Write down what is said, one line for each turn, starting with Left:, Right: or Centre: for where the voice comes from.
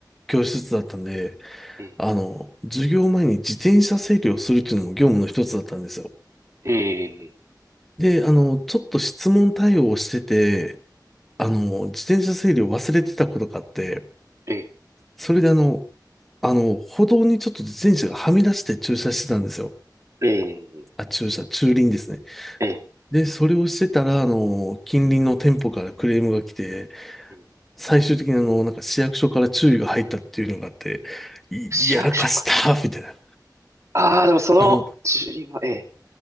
Centre: 教室だったんで、
Right: え
Centre: あの、授業前に自転車整理をするっていうのも業務の一つだったんですよ。
Right: え、ええ、
Centre: で、あの、ちょっと質問対応をしてて、あの、自転車整理を忘れてたことがあって、
Right: ええ、
Centre: それであの、あの、歩道にちょっと自転車がはみ出して駐車してたんですよ。
Right: ええ、
Centre: あ、駐車、駐輪ですね。
Right: ええ、
Centre: で、それをしてたら、あの、近隣の店舗からクレームが来て、
Right: ええ
Centre: 最終的にあの、なんか市役所から注意が入ったっていうのがあって、いやらかした、
Right: 市役所から。
Centre: みたいな。
Right: ああ、でもその、
Centre: あの、
Right: 自分は、ええ、